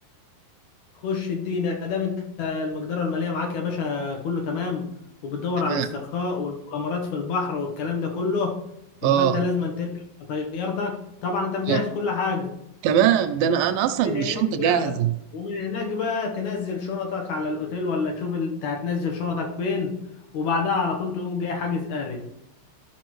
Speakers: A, on the left; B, on the right.
A: خش الدين دام انت المقدره الماليه معاك يا باشا كله تمام وبتدور
B: تمام
A: على الاسترخاء والمغامرات في البحر والكلام ده كله يبقى
B: أه
A: انت لازم تركب طيارتك طبعا انت مجهز
B: آه.
A: كل حاجه
B: تمام ده أنا أنا أصلا
A: من
B: الشنطة
A: هناك
B: جاهزة
A: بقى ومن هناك بقى تنزل شنطك على الاوتيل ولا تشوف انت هتنزل شنطك فين وبعدها على طول تقوم جاي حاجز قارب